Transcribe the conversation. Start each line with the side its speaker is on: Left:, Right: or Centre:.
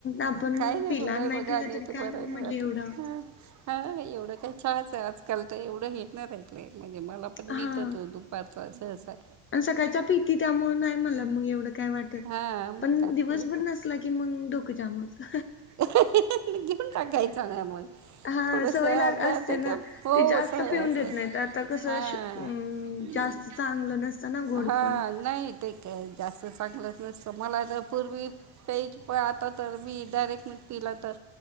Left: आपण
Right: नाही काही
Left: पिला
Right: बरं आहे बघा
Left: नाही पिला
Right: आणि
Left: तरी
Right: ते
Left: काय
Right: बरं
Left: मग
Right: नाही
Left: म्हटलं
Right: वाटत
Left: एवढं
Right: हा. हा एवढं काही चहाच आहे आजकाल तर एवढं हे ना राहिलंय म्हणजे मला पण
Left: हा
Right: मिळतं हो तूप पारथवाच असा हाय.
Left: आणि सकाळच्या पीती त्यामुळे नाही मला मग एवढं काय वाटत,
Right: हा मग
Left: पण
Right: काय
Left: दिवसभर
Right: एकदा
Left: नस नसला की मगं डोक जाम होत.
Right: घेऊन टाकायचा ना मग.
Left: हा
Right: थोडस
Left: सवय
Right: अर्धा
Left: लाग असते
Right: अर्धा
Left: ना.
Right: कप, हो
Left: ते जास्त
Right: स अस,
Left: पिऊन देत नाहीत आता कसं
Right: हा,
Left: श अं
Right: नीस
Left: जास्त चांगलं नसतं ना गोड
Right: <unintelligible> हा
Left: पण.
Right: नाई. ते काय जास्त चांगलंच नसतं मला तर पूर्वी, पेज पात आता तर मी डायरेक्ट म पिला तर?